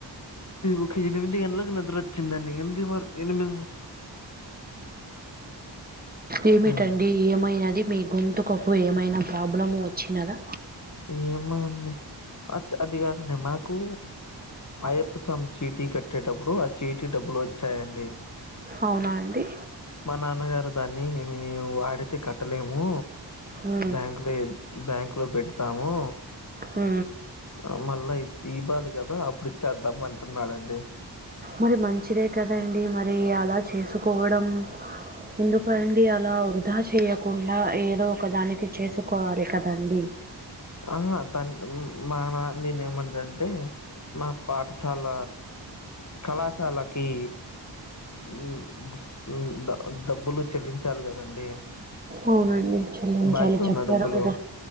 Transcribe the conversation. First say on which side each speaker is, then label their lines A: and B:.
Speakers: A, on the left (about 40°); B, on the right (about 20°).
A: ఒక ఎనిమిది గంటలకు నిద్ర వచ్చిందండి ఎనిమిది వక్ ఎనిమి
B: ఏమిటండి
A: హ్మ్
B: ఏమైనది మీ గొంతుకకు ఏమైనా ప్రాబ్లము వచ్చినదా
A: ఏమ అండి అచ అది కాదండి మాకు అయ్యప్ప స్వామి చీటీ కట్టేటప్పుడు ఆ చీటీ డబ్బులు వచ్చాయండి
B: అవునా అండి
A: మా నాన్నగారు దాన్ని వి వాడితే కట్టలేము
B: హ్మ్.
A: బ్యాంక్ క్లెడ్ బ్యాంక్ లో పెడతాము
B: ఉ
A: ఆ మళ్ళా దీపాళి కదా అప్పుడు ఇచ్చేద్దాం అంటున్నాడండి
B: మరి మంచిదే కదండి మరి అలా చేసుకోవడం ఎందుకన్ అది అలా వృధా చెయ్యకుండా ఏదో ఒకదానికి చేసుకోవాలి కదండి
A: ఆహా తన్ మా నా నేను ఏమంట అంటే మా పాఠశాల కళాశాలకి ఉ ఉ డ డబ్బులు చెల్లించాలి కదండి
B: అవునండి చెల్లి
A: బాకీ
B: చాలు చెప్పారు
A: ఉన్న డబ్బులు
B: గద